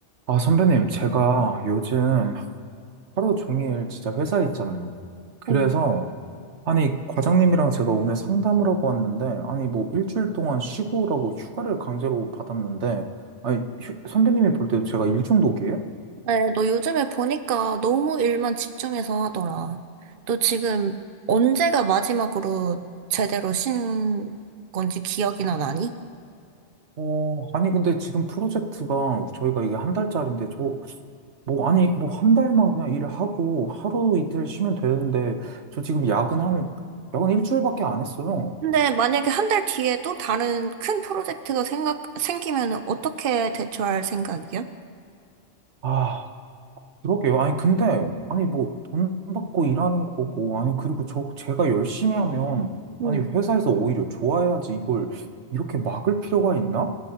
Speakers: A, on the right; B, on the right.
A: 아, 선배님, 제가 요즘 하루 종일 진짜 회사에 있잖아요. 그래서,
B: 응.
A: 아니, 과장님이랑 제가 오늘 상담을 하고 왔는데, 아니, 뭐, 일주일 동안 쉬고 오라고 휴가를 강제로 받았는데, 아니, 휴- 선배님이 볼 때도 제가 일 중독이에요?
B: 네, 너 요즘에 보니까 너무 일만 집중해서 하더라. 너 지금 언제가 마지막으로 제대로 쉰 건지 기억이나 나니?
A: 어, 아니, 근데 지금 프로젝트가 저희가 이게 한 달짜리인데, 저, 뭐, 아니, 뭐, 한 달만 그냥 일을 하고 하루 이틀 쉬면 되는데, 저 지금 야근 한, 야근 일주일밖에 안 했어요.
B: 근데 만약에 한 달 뒤에 또 다른 큰 프로젝트가 생각, 생기면 어떻게 대처할 생각이야?
A: 아, 그러게요. 아니, 근데, 아니, 뭐, 돈 받고 일하는 거고, 아니, 그리고 저, 제가 열심히 하면,
B: 응.
A: 아니, 회사에서 오히려 좋아해야지 이걸 이렇게 막을 필요가 있나?